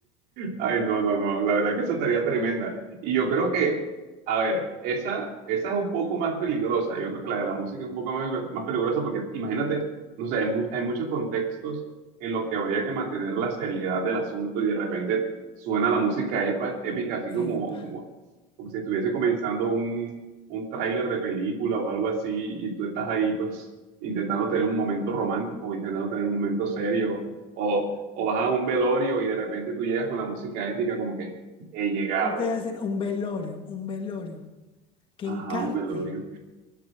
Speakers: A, on the right; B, on the left.
A: Ay, no, no, no. La verdad que esa tarea tremenda. Y yo creo que, a ver, esa, esa es un poco más peligrosa. Yo creo que la de la música es un poco más, más peligrosa porque imagínate, no sé, hay, mu- hay muchos contextos en los que habría que mantener la seriedad del asunto y de repente suena la música epa- épica así como,
B: Epa,
A: como, como si estuviese comenzando un, un tráiler de película o algo así y tú estás ahí pues intentando tener un momento romántico o intentando tener un momento serio. O vas a un velorio y de repente tú llegas con la música épica como que he llegado.
B: yo te voy a hacer un velorio, un velorio. que
A: Ajá,
B: encarte,
A: un velorio.